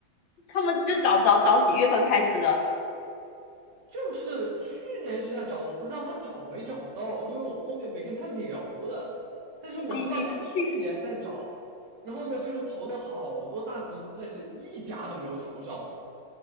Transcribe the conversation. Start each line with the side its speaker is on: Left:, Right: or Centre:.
Left: 他们就早早早几月份开始的？
Right: 就是去年就在找，我不知道他找没找到，因为我后面没跟他聊了。但是我知道他去年在找，
Left: 你你你你去，
Right: 然后呢，就是投了好多大公司，但是一家都没有投上。